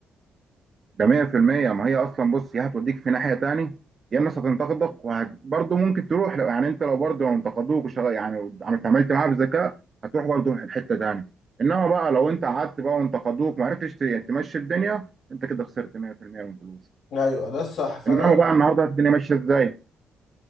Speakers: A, on the right; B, on the left.
A: ده 100% ما هي اصلا بص يا هتوديك في ناحيه تاني يا الناس هتنتقدك وبرضه ممكن تروح لو يعني انت لو برضه لو انتقدوك وشغ- يعني عملت عملت معاها بذكاء هتروح برضه حته تاني انما بقى لو انت قعدت بقى وانتقدوك ما عرفتش ت- تمشي الدنيا انت كده خسرت 100% من فلوسك
B: ايوه ده الصح فانا
A: انما بقى النهارده الدنيا ماشيه ازاي